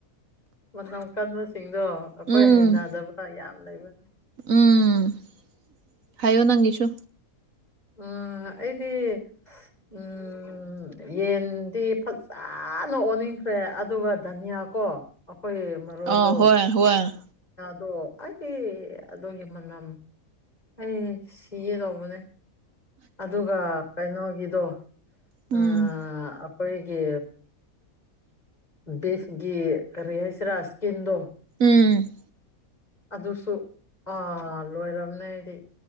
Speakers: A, on the left (about 25°); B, on the right (about 65°).
A: ꯃꯧꯀꯗꯁꯤ ꯁꯤꯡꯗꯣ ꯑꯩꯈꯣꯏ
B: ꯎꯝ
A: ꯍꯩꯅꯗꯕ ꯌꯥꯝ ꯂꯩꯕꯅꯤ
B: ꯎꯝ ꯍꯥꯏꯣ ꯅꯪꯤꯁꯨ
A: ꯑ ꯑꯩꯗꯤ ꯎꯝ ꯌꯦꯟꯗꯤ ꯐꯖꯅ ꯑꯣꯟꯅꯤꯡꯈ꯭ꯔꯦ ꯑꯗꯨꯒ ꯙꯅꯤꯌꯥ ꯀ ꯀ ꯑꯩꯈꯣꯏ ꯃꯔꯣꯏꯗꯣ
B: ꯑ ꯍꯣꯏ ꯍꯣꯏ
A: ꯗꯣ ꯑꯩ ꯑꯗꯨꯒꯤ ꯃꯅꯝ ꯑꯩ ꯁꯤ ꯑꯦ ꯇꯧꯕꯅꯦ ꯑꯗꯨꯒ ꯀꯩꯅꯣꯒꯤꯗꯣ
B: ꯎꯝ
A: ꯑ ꯑꯄꯣꯏꯒꯤ ꯕꯤꯁꯒꯤ ꯔꯤꯍꯥꯏꯁꯤꯔ ꯑꯀꯤꯤꯟꯗ
B: ꯎꯝ
A: ꯑꯗꯨꯁꯨ ꯑꯥ ꯂꯣꯏꯔꯝꯅꯦꯗꯤ